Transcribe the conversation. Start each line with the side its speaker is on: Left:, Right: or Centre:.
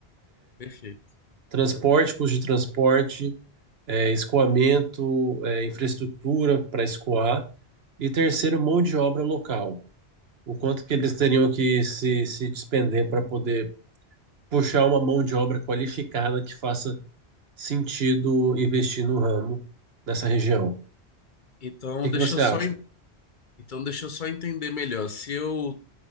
Left: perfeito.
Right: Transporte, custo de transporte, eh, escoamento, eh, infraestrutura para escoar. E terceiro, mão de obra local. O quanto que eles teriam que se, se despender para poder puxar uma mão de obra qualificada que faça sentido investir no ramo nessa região. O
Left: Então,
Right: que
Left: deixa
Right: que você
Left: eu só
Right: acha?
Left: en- então deixa eu só entender melhor. Se eu